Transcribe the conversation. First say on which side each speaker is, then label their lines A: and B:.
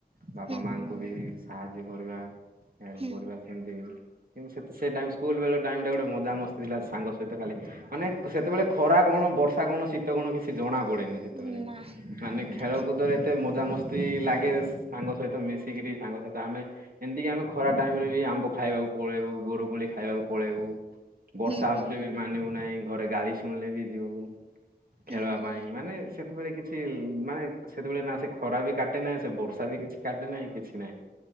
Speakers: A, on the right; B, on the right.
A: ବାପା
B: ହୁଁ
A: ମାଙ୍କୁ
B: ହୁଁ ହୁଁ
A: ବି ସାହାଯ୍ୟ କରିବା ହେଲ୍ପ
B: ହୁଁ
A: କରିବା। ସେମତି କିନ୍ତୁ ସେତ୍ ସେ ଡାଇମ୍ ସ୍କୁଲ ବେଳ ଟାଇମ୍ ଟା ଗୋଟେ ମଜାମସ୍ତି ଥିଲା ସାଙ୍ଗ ସହିତ ଖାଲି ମାନେକ୍ ସେତେବେଳେ ଖରା କଣ, ବର୍ଷା କଣ, ଶୀତ କଣ କିଛି ଜଣା ପଡେନି। ସେତେବେଳେ
B: ହୁଁ ନା
A: ମାନେ
B: ହଁ
A: ଖେଳକୁଦରେ
B: ଠିକ
A: ଏ ଏତେ ମଜାମସ୍ତି ଲାଗେ ସାଙ୍ଗ ସଇତ ମିଶିକିରି ସାଙ୍ଗ ସଇତ ଆମେ ଏମିତିକି ଆମେ ଖରା ଟାଇମ୍ ରେ ବି ଆମ୍ବ ଖାଇଆକୁ ପଳେଇବୁ। ବୋଉରକୋଳି ଖାଇଆକୁ ପଳେଇବୁ। ବର୍ଷା
B: ହୁଁ
A: ହଉଥିଲେ
B: ହୁଁ ହୁଁ
A: ବି ମାନିବୁ ନାହିଁ, ଘରେ ଗାଳି ଶୁଣିଲେ ବି ଯିବୁ। ଖେଳବା
B: ହୁଁ ହୁଁ
A: ପାଇଁ ମାନେ ସେତେବେଳେ କିଛି ମାନେ ସେତେବେଳେ ନା ସେ ଖରା ବି କାଟେ ନାଇଁ, ସେ ବର୍ଷା ବି କିଛି କାଟେ ନାଇଁ କିଛି ନାହିଁ